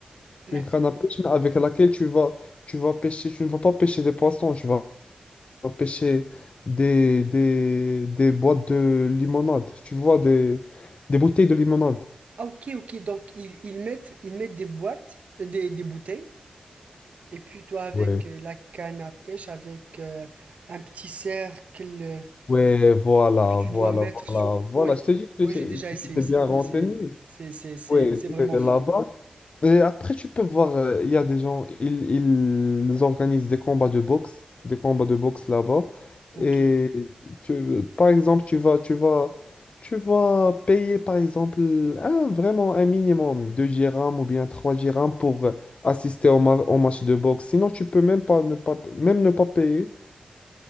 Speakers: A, on the right; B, on the left.
A: La
B: Une canne à pêche, mais avec laquelle tu vas, tu vas pêcher, tu ne vas pas pêcher des poissons, tu vas pêcher des, des, des boîtes de limonade. Tu vois, des, des bouteilles de limonade.
A: Ah ok ok donc ils, ils mettent ils mettent des boîtes euh, des, des bouteilles et puis toi avec
B: Ouais.
A: euh, la canne à pêche avec euh, un petit cercle euh,
B: Ouais, voilà,
A: que tu
B: voilà,
A: dois mettre sur
B: voilà, voilà.
A: oui
B: Je te dis que
A: moi
B: je-
A: j'ai déjà
B: que
A: essayé
B: tu t'es
A: ça
B: bien
A: oui
B: renseigné.
A: c'est c'est c'est c'est
B: Ouais,
A: c'est vraiment
B: t'es
A: fun
B: là-bas. Et après, tu peux voir, euh, il y a des gens, ils, ils organisent des combats de boxe, des combats de boxe là-bas.
A: ok
B: Et tu, par exemple, tu vas, tu vas, tu vas payer, par exemple, un, vraiment un minimum, 2 dirhams ou bien 3 dirhams pour euh, assister au, ma- au match de boxe. Sinon, tu peux même pas ne pas, même ne pas payer.